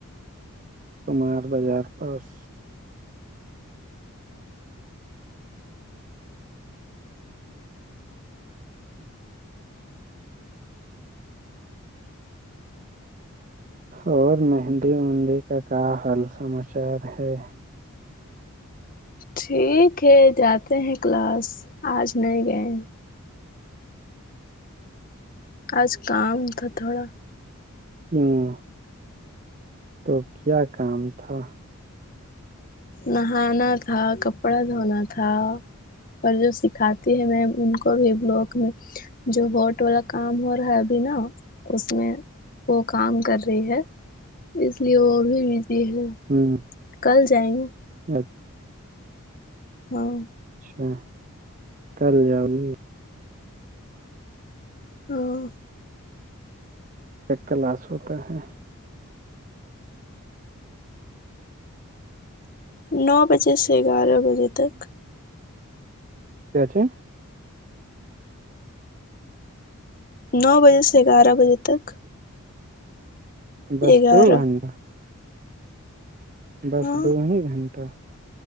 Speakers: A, on the right; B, on the left.
A: شمار بازار پاس اور مہندی اندی کا حال سماچار ہے
B: ٹھیک ہے جاتے ہیں کلاس آج نہیں گئے آج کام تھا تھوڑا
A: ہاں تو کیا کام تھا
B: نہانا تھا کپڑا دھونا تھا اور جو سکھاتے ہیں میم ان کو بھی بلاک میں جو ووٹ والا کام ہو رہا ہے ابھی نا اس میں وہ کام کر رہی ہے اس لیے وہ بھی بزی ہے
A: ہوں
B: کل جائیں گے
A: اچھا
B: ہاں
A: اچھا کل جاؤگي
B: ہوں
A: ایک کلاس ہوتا ہے
B: نو بجے سے گیارہ بجے تک
A: کیا کیا
B: نو بجے سے گیارہ بجے تک
A: بس
B: گیارہ
A: دو گھنٹہ بس
B: ہاں
A: دو ہی گھنٹہ